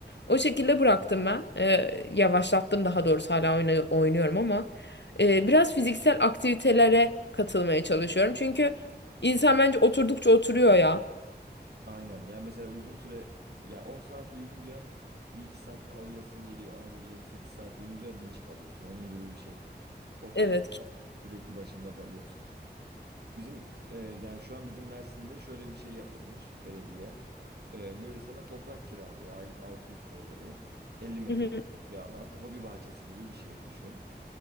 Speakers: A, on the left (about 80°); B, on the right (about 65°).
A: O şekilde bıraktım ben. E, yavaşlattım daha doğrusu hala oyna- oynuyorum ama e, biraz fiziksel aktivitelere katılmaya çalışıyorum. Çünkü İnsan bence oturdukça oturuyor ya.
B: Aynen yani mesela uzun süre yani 10 saat uyuyunca bir iki saat daha uyuyasın geliyor ama böyle yedi sekiz saat uyuyunca dinç kalıyorsun. Onun gibi bir şey. Oturdukça
A: Evet.
B: sürekli başında kalıyorsun. Bizim e, yani şu an bizim Mersin'de şöyle bir şey yapılmış belediye. E, böyle sana toprak kiralıyor aylık 600 TL'ye. elli metrekare
A: Hı hı,
B: bir alan. Hobi bahçesi gibi bir şey düşün.